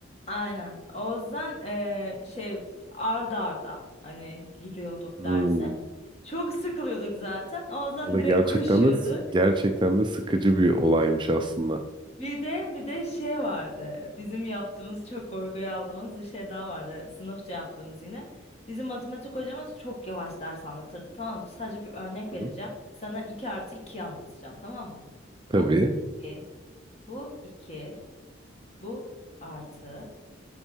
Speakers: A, on the left; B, on the right.
A: Aynen. O yüzden e, şey ard arda hani giriyorduk
B: Hmm.
A: derse. Çok sıkılıyorduk zaten. O yüzden
B: O da
A: direkt
B: gerçekten
A: koşuyorduk.
B: de sı- gerçekten de sıkıcı bir olaymış aslında.
A: Bir de bir de şey vardı. Bizim yaptığımız çok korkuya aldığımız bir şey daha vardı. Sınıfça yaptığımız yine. Bizim matematik hocamız çok yavaş ders anlatırdı. Tamam mı? Sadece bir örnek
B: Hı.
A: vereceğim. Sana iki artı 2'yi anlatacağım tamam mı?
B: Tabii.
A: Bu 2, bu 2, bu artı,